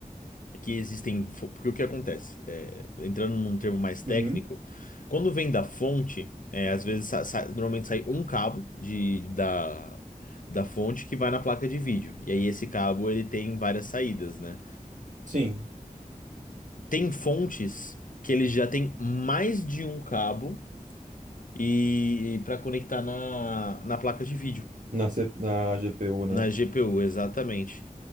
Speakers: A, on the left (about 70°); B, on the right (about 65°).
A: que existem. fo- Porque o que acontece? é, entrando num termo mais técnico,
B: uhum.
A: quando vem da fonte, é, às vezes sa- sa- normalmente sai um cabo de, da, da fonte que vai na placa de vídeo. E aí esse cabo ele tem várias saídas, né?
B: Sim,
A: Tem fontes que eles já têm mais de um cabo e para conectar na, na placa de vídeo,
B: na, C- na GPU, né?
A: na GPU, exatamente.